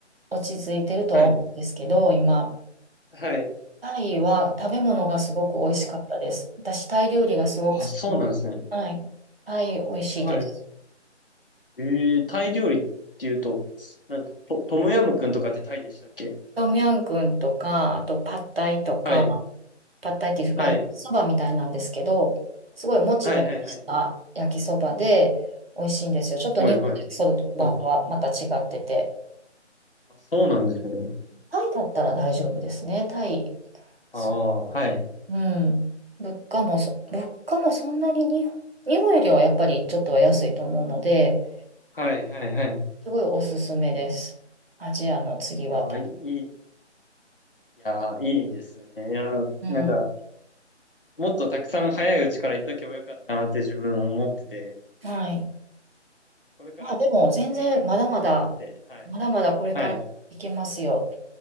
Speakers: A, on the right; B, on the left.
A: あ落ち着いてるとは思うんですけど、
B: はい、
A: 今、
B: はい。
A: タイは食べ物がすごく美味しかったです。私、タイ料理がすごく好きな
B: あ、そうなんですね。
A: はい。タイ美味しいです。
B: はい。えー、タイ料理っていうと、なんと、トトムヤムクンとかってタイでしたっけ
A: トミヤンクンとか、あとパッタイとか、
B: はい。
A: パッタイっていう、
B: はい。
A: まあ、焼きそばみたいなんですけど、すごいもちもちした焼きそばで美味しいんですよ。
B: はい、はい、はい。
A: ちょっと日本の焼きそばとはまた違ってて。
B: はい、はい。あ、あそうなんですね。
A: タイだったら大丈夫ですね。タイ。す
B: ああ、はい。
A: うん。物価もそ、物価もそんなに日本、日本よりはやっぱりちょっとは安いと思うので、
B: はい、はい、はい。い
A: すごいおすすめです。アジアの次はタイ。
B: やー、いい、いやー、いいですね。いやー、
A: うん。
B: なんか、もっとたくさん早いうちから行っとけばよかったなって自分思ってて、
A: はい。
B: これからなんかできるだけ行きたいなって、
A: まあでも全然まだまだ、
B: はい。
A: まだまだこれからいけますよ。
B: はい。